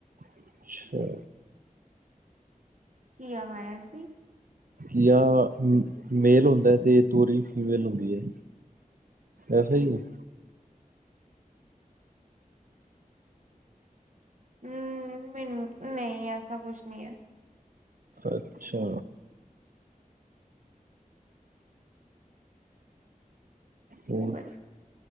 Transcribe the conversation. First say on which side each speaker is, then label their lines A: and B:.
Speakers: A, on the right; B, on the right.
A: ਅੱਛਾ,
B: ਘੀਆ ਖਾਇਆ ਸੀ।
A: ਘੀਆ ਮੇਲ ਹੁੰਦਾ ਤੇ ਤੋਰੀ ਫੀਮੇਲ ਹੁੰਦੀ ਹੈ, ਐਸਾ ਹੀ ਐ।
B: ਹੂੰ, ਮ ਨੀ ਐਸਾ ਕੁਛ ਨੀ ਐ।
A: ਅੱਛਾ, ਹੋਰ,
B: ਉਹ ਬਸ